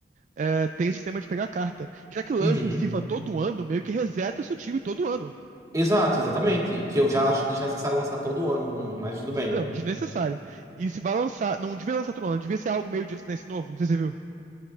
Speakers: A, on the right (about 45°); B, on the right (about 20°).
A: é, tem sistema de pegar carta. Já que lança
B: Uhum.
A: o FIFA todo ano, meio que reseta seu time todo ano.
B: Exato, exatamente. Que eu já acho desnecessário lançar todo ano, um, mas tudo bem.
A: Não, desnecessário. E se vai lançar, não devia lançar todo ano, devia ser algo meio disso nesse novo, não sei se você viu.